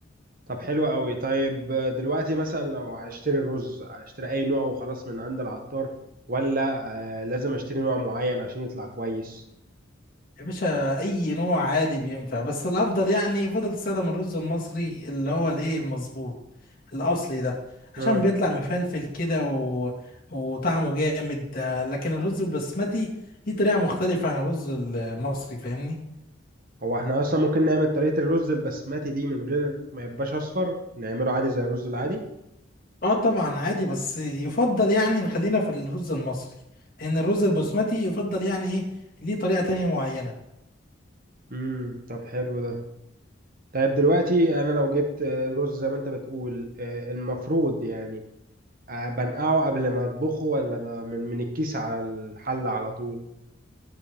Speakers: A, on the right (about 45°); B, on the left (about 45°).
A: طب حلو قوي طيب دلوقتي مثلا لو هشتري الرز هشتري اي نوع وخلاص من عند العطار ولا آه لازم اشتري نوع معين عشان يطلع كويس؟
B: يا باشا اي نوع عادي بينفع بس الافضل يعني يفضل تستخدم الرز المصري اللي هو الايه المظبوط الاصلي ده عشان
A: ها
B: بيطلع مفلفل كده و... وطعمه جامد آه، لكن الرز البسمتي ليه طريقة مختلفة عن الرز المصري فاهمني
A: هو احنا اصلا ممكن نعمل طريقة الرز البسمتي دي من غير ما يبقاش اصفر نعمله عادي زي الرز العادي؟
B: اه طبعا عادي بس يفضل يعني نخلينا في الرز المصري لان الرز البسمتي يفضل يعني ايه ليه طريقة تانية معينة
A: امم طب حلو ده طيب دلوقتي انا لو جبت رز زي ما انت بتقول آه، المفروض يعني آه، بنقعه قبل ما اطبخه ولا ب- من من الكيس على الحلة على طول